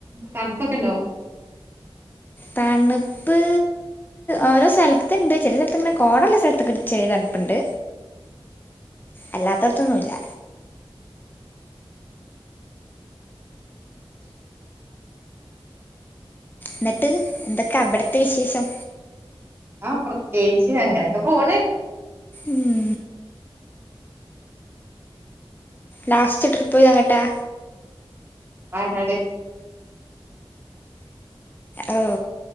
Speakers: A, on the right; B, on the left.
A: തൺപ്പൊക്കെണ്ടോ?
B: തണ്പ്പ് ഓരോ സൽത്ത്ണ്ട് ചെല സെൽത്ത് ഇങ്ങനെ കോടള്ള സ്ഥലത്തൊക്കെ ചെറിയ തണുപ്പ്ണ്ട്. അല്ലാത്തോട്ത്തൊന്നുംല്ല. ന്നിട്ട് എന്തൊക്കെ അവട്ത്തെ വിശേഷം?
A: ആഹ് പ്രത്യേകിച്ച് അങ്ങനൊക്കെ പോണ്.
B: ഉം. ലാസ്റ്റ് ട്രിപ്പ് എങ്ങട്ടാ?
A: വയനാട്.
B: ഓ